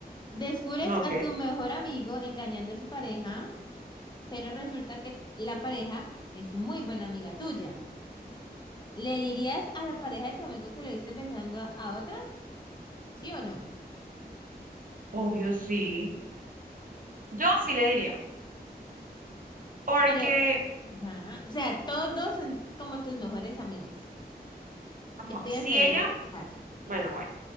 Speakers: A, on the left; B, on the right.
A: Descubres
B: Ok,
A: a tu mejor amigo engañando a su pareja, pero resulta que la pareja es muy buena amiga tuya. ¿Le dirías a la pareja de tu amigo que lo hice besando a, a otra? ¿Sí o no?
B: obvio sí. Yo sí le diría, porque
A: Pero, ajá, o sea, todos dos son como tus mejores amigos.
B: ajá,
A: ¿Qué harías
B: si
A: ahí
B: ella,
A: en ese caso?
B: bueno, bueno,